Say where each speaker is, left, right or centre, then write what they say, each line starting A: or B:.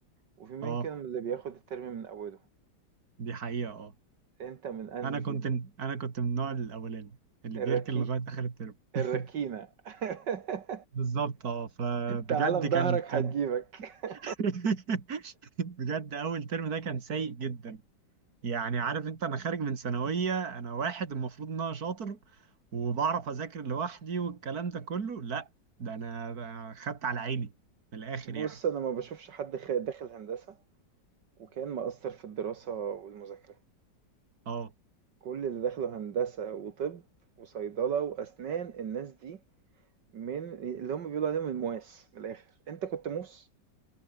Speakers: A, on the right (about 70°); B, on the right (about 55°).
A: وفي منكم
B: أه
A: اللي بياخد الترم من أوله
B: دي حقيقة أه
A: أنت من أنهي
B: أنا
A: فيهم
B: كنت أنا كنت من النوع الأولاني اللي
A: الركي
B: بيركن لغاية آخر الترم <laughs>
A: الركينة <laughs>
B: بالظبط اه فبجد
A: تعالى بظهرك
B: كان كان
A: هتجيبك <laughs>
B: <laughs> بجد اول ترم ده كان سيء جدا يعني عارف انت انا خارج من ثانويه انا واحد المفروض ان انا شاطر وبعرف اذاكر لوحدي والكلام ده كله لا ده انا ده خدت على عيني من الاخر
A: بص
B: يعني
A: أنا ما بشوفش حد خ- داخل هندسة وكان مقصر في الدراسة والمذاكرة
B: اه
A: كل اللي دخلوا هندسة وطب وصيدلة وأسنان الناس دي من اللي هم بيقولوا عليهم المواس من الآخر أنت كنت موس